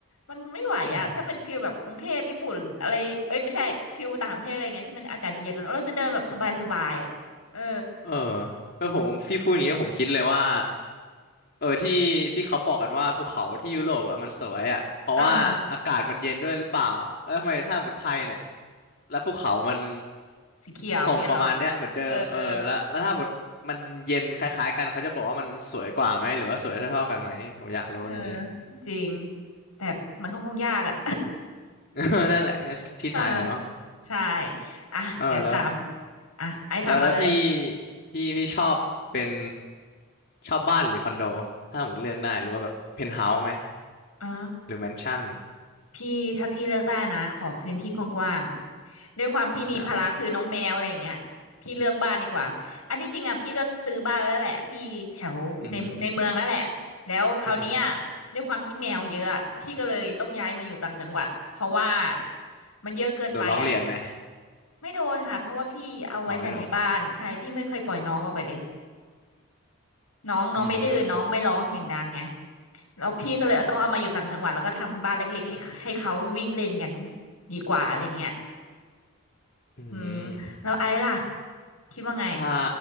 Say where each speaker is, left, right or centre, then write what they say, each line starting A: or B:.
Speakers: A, on the left; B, on the left.
A: มันไม่ไหวอ่ะถ้าเป็นฟิลแบบกรุงเทพญี่ปุ่นอะไรเอ้ยไม่ใช่ฟิลต่างประเทศอะไรเงี้ยที่มันอากาศเย็นๆเราจะเดินแบบสบายๆอ่ะเออ
B: อืม เออเออผมพี่พูดอย่างนี้ผมคิดเลยว่าเออที่ที่เขาบอกกันว่าภูเขาที่ยุโรปอ่ะมันสวยอ่ะเพราะว่าอากาศมันเย็นด้วยหรือเปล่าแล้วทำไมถ้าหมดไทยเนี่ย
A: เออ
B: แล้วภูเขามัน
A: สีเขียวเงี้ยเหรอ
B: ทรงประมาณเนี้ยเหมือนเดิมเออแล้วแล้วถ้าหมดมันเย็นคล้ายๆกันเขาจะบอกว่ามันสวยกว่าไหมหรือว่าสวยเท่าๆกันไหมผมอยากรู้อย่างนี้
A: เออเออเออจริงแต่มันก็คงยากอ่ะ
B: <laughs> นั่นแหละที่ไทยอะเนาะ
A: <laughs> เออใช่อ่ะเดี๋ยวถาม
B: เออแล้ว
A: อ่ะไอ้ถามมาเลย
B: แล้วแล้วพี่พี่พี่ชอบเป็นชอบบ้านหรือคอนโดถ้าหมดเลือกได้หรือว่าแบบเพนท์เฮาส์ไหม
A: อ่า
B: หรือแมนชั่น
A: พี่ถ้าพี่เลือกได้นะขอพื้นที่กว้าง ด้วยความที่มีภาระคือน้องแมวอะไรอย่างเงี้ยพี่เลือกบ้านดีกว่าอันที่จริงอ่ะพี่ก็ซื้อบ้านไว้แล้วแหละที่แถวในในเมืองแล้วแหละแล้วคราวเนี้ย
B: อ่าอือหืออือหือ
A: ด้วยความที่แมวเยอะอะพี่ก็เลยต้องย้ายมาอยู่ต่างจังหวัดเพราะว่ามันเยอะเกินไปอ่ะ
B: โดนร้องเรียนไหม
A: ไม่โดนค่ะเพราะว่าพี่เอาไว้แต่ในบ้านใช่พี่ไม่เคยปล่อยน้องออกไปเลย
B: อ๋อไม่โดน
A: น้องน้องไม่ดื้อน้องไม่ร้องเสียงดังไง
B: อืม
A: แล้วพี่ก็เลยต้องเอามาอยู่ต่างจังหวัดแล้วก็ทำบ้านเล็กๆให้ให้เขาวิ่งเล่นกัน
B: อหืออ่า
A: ดีกว่าอะไรเงี้ย
B: อื
A: อืม
B: ม
A: แล้วไอ้ล่ะคิดว่าไง
B: ถ้า